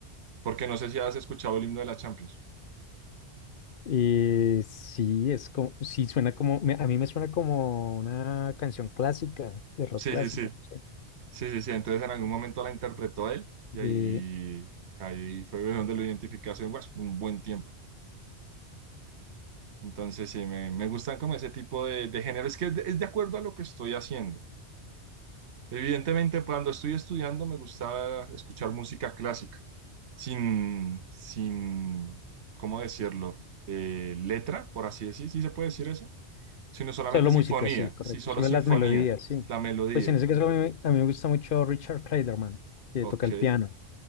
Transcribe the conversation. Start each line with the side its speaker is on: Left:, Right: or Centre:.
Right: porque no sé si has escuchado el himno de la Champions.
Left: Eh, sí, es como, sí suena como, me- a mí me suena como una canción clásica, de rock
Right: Sí,
Left: clásico.
Right: sí, sí,
Left: no
Right: sí, sí, sí, entonces en algún momento la interpretó él y ahí,
Left: sé.
Right: ahí fue donde lo identifiqué hace pues, un buen tiempo. Entonces sí, me, me gustan como ese tipo de, de género, es que es de es de acuerdo a lo que estoy haciendo. Evidentemente, cuando estoy estudiando me gusta escuchar música clásica, sin, sin, ¿cómo decirlo? Eh, letra, por así decir, ¿sí se puede decir eso? Sino solamente
Left: Solo
Right: sinfonía,
Left: música, sí, correcto.
Right: sí, solo
Left: Solo
Right: sinfonía,
Left: las melodías, sí.
Right: la melodía.
Left: Pues en ese caso a mí, a mí me gusta mucho Richard Clayderman, que
Right: Ok,
Left: toca el piano,